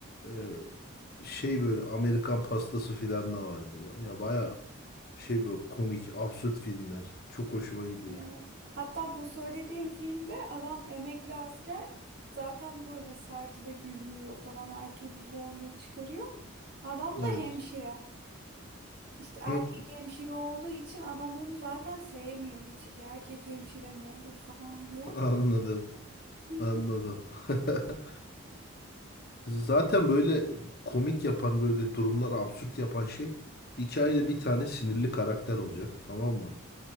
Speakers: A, on the left (about 45°); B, on the right (about 50°).
A: Ee, şey böyle Amerikan pastası filan da vardı. Ya baya şey böyle komik, absürt filmler. Çok hoşuma gidiyor.
B: Evet. Hatta bu söylediğim filmde adam emekli asker zaten böyle sert ve gülmüyor falan her türlü zorluğu çıkarıyor. Adam da
A: Evet.
B: hemşire. İşte erkek
A: <laughs>
B: hemşire olduğu için adam onu zaten sevmiyor hiç. "E, Erkek hemşire mi olur falan diye.
A: Anladım.
B: Hı hı.
A: Anladım. <laughs> Zaten böyle komik yapan böyle durumlar absürt yapan şey hikayede bir tane sinirli karakter olacak tamam mı?